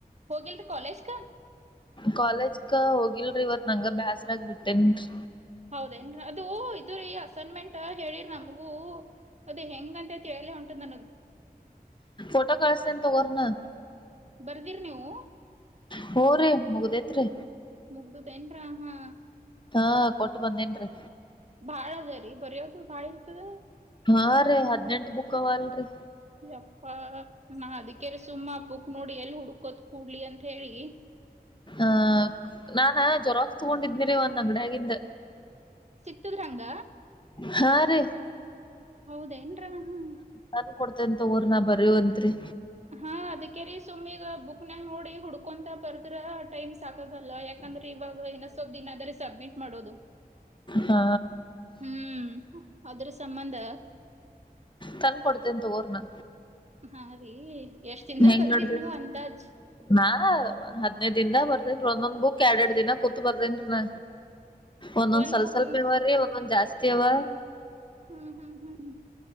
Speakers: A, on the right; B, on the left.
A: ಹೋಗಿಲ್ರಿ ಕಾಲೇಜ್ ಕ
B: ಕಾಲೇಜ್ ಕ ಹೋಗಿಲ್ರಿ ಇವತ್ ನಂಗ ಬ್ಯಾಸ್ರಾಗ ಬಿಡ್ತೇನ್ರಿ
A: ಹೌದೇಏನ್ ಅದು ಇದ್ರ ಈ ಅಸೈನ್ಮೆಂಟ್ ಹೇಳಿ ನಮಗೂ ಅದೇ ಹೆಂಗ ಅಂತ ಕೇಳೇ ಉಂಟದ್ ನನಗ್
B: ೋಟೋ ಕಳಸನಂತ ಊರ್ ನ
A: ಬರ್ದಿರಿ ನೀವು
B: ಹ ರ ಮುಗ್ಡಿತಿ ರಿ
A: ಮುಗ್ದದೇನ್ರ ಹಾ
B: ಹಾ ಕೊಟ್ಟು ಬಂದೇನ್ರಿೀ
A: ಬಾಳ ಅದೇ ರೀ ಬರಯೋದು ಬಾಳ ಇರ್ತದ
B: ಹಾ ರೀ ಹದ್ಿನೆಂಟು ಬುಕ್ ಅವ ಅಲ್ರರಿ
A: ಯಪ್ಪಾ ನಾ ಅದಕ್ಕೆರೆ ಸುಮ್ಮ ಹಪ್ಪಕ್ ನೋಡಿ ಎಲ್ಲಿ ಹುಡ್ಕೋತ್ ಕೂಡ್ಲಿ ಅಂತ ಹೇಳಿ
B: ಆಹ ನಾನ ಜ್ವರಾಗಸ್ ತಗೊಂಡಿದ್ನಿರಿ ಒಂದ್ ಅಂಗಡಿಯಾಗಿಿಂದ
A: ಸಿತ್ತದ್ರಂಗ
B: ಹಾ ರೀ
A: ಹೌದೇನ್ರ ಹೂ
B: ಕಾಪಿ ಕೊಡ್ತೀನಿ ತಗೊಳ್ರಿ ನಾ ಬರುವಂತ್ರಿ
A: ಹಾ ಅದಕೆ ರೀ ಸುಮ್ಮಿಗ ಬುಕ್ನಾಗ ನೋಡಿ ಹುಡ್ಕೊಂತ ಬರದೂರ ಟೈಮ್ ಸಾಕಾಗಲ್ಲ ಯಾ ಕಂದ್ರ ಇವಾಗ ಇನ್ನ ಸ್ವಲ್ಪ್ ದಿನ ಅದರಿ ಸಬ್ಮಿಟ್ ಮಾಡೋದು.
B: ಹಾ
A: ಹ್ಮ್ ಅದ್ರ ಸಂಬಂಧ.
B: ತಂದ ಕೊಡ್ತೇನ ತಗೋರ್ ನಾ.
A: ಹಾ ರೀ ಎಷ್ಟ ದಿನದಾಗ
B: ಹೆಂಗ್
A: ಬರದಿರಿ
B: ನಡ್ದೈತ್
A: ನೀವು ಅಂದಾಜ್.
B: ನಾ ಹದನೈದ ದಿನದಾಗ ಬರದೇನ್ರೀ ಒಂದೊಂದ್ ಬುಕ್ ಎರಡ್ ಎರಡ್ ದಿನ ಕುಂತು ಬರೆದೇನ್ರೀ ನಾ. ಒಂದೊಂದ್
A: ಒಂದ್
B: ಸ್ವಲ್ಪ
A: ಬುಕ್
B: ಸ್ವಲ್ಪ
A: ಹ್ಮ್
B: ಇವರೀ ಒಂದೊಂದ್ ಜಾಸ್ತಿ ಅವಾ.
A: ಹ್ಮ್ ಹ್ಮ್ ಹ್ಮ್